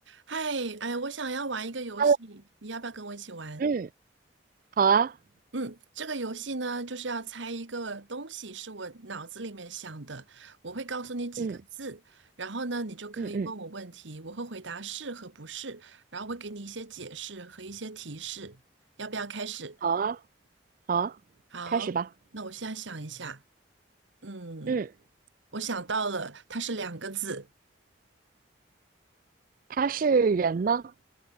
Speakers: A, on the right (about 70°); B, on the right (about 45°).
A: 嗨，哎，我想要玩一个游戏，
B: Hello，
A: 你要不要跟我一起玩？
B: 嗯，好啊，
A: 嗯，这个游戏呢，就是要猜一个东西，是我脑子里面想的，我会告诉你几个字，
B: 嗯
A: 然后呢，你就可以问我问题，
B: 嗯嗯，
A: 我会回答是和不是，然后会给你一些解释和一些提示。要不要开始？
B: 好啊，好啊，
A: 好，
B: 开始吧。
A: 那我现在想一下，嗯，
B: 嗯，
A: 我想到了，它是两个字，
B: 它是人吗？